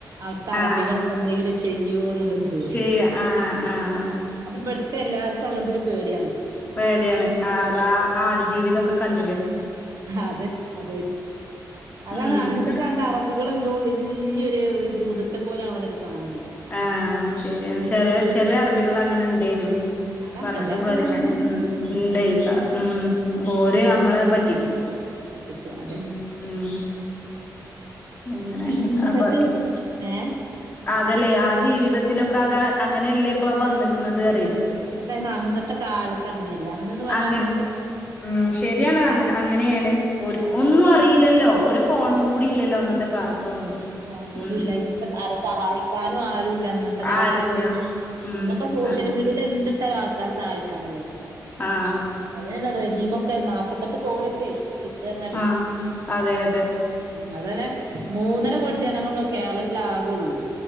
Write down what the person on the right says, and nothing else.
അവ്ട്ത്തെ അറബികളൊക്കെ
എന്തേങ്കിലും ചെയ്യോന്നുള്ളൊരു പേടി.
അത് ഇബട്ത്തെ എല്ലാർക്കും അങ്ങത്തെരു പേടിയാണ്.
അതെ അതായിരിക്കും അതാണ്
അങ്ങത്തക്കെ കണ്ട അറ ബികളെന്തോ വല്ല്യൊരു ഒര് ഭൂതത്തെ പോലാ ഓലൊക്കെ കാണ് ണത്
അതാ
ചില അറബികൾ
അങ്ങനെയുണ്ട്
അതെ
അതെ
പറ്റിക്കും അതെ
പിന്നെ എന്നിട്ട്
ഏഹ്
അതയിന് അന്നത്തെ കാലത്ത് അങ്ങനെല്ല അന്ന് പറ്ഞ്ഞാ
അമ്മള്
ഒര് ഫോണും പോലുല്ല
ഇഞ്ഞ്പ്പോ അരെ സഹായിക്കാനും ആരുല്ല അന്നത്തെ കാലത്തെ
പോലെ
ഇന്നൊക്കെ സോഷ്യൽ
മീഡിയേല് എന്ത്ട്ടാലും ആൾക്കാര് സഹായിക്കാനല്ലേ
അതനെ റഹീമൊക്കെ നാപത്തെട്ട് കോടിയൊക്കെ കിട്ടാറ്ഞ്ഞാലെ
ഉം അതനെ മൂന്നര
കോടി ജനങ്ങൾ മ്മളെ കേരളത്തില് ആകൊള്ളു.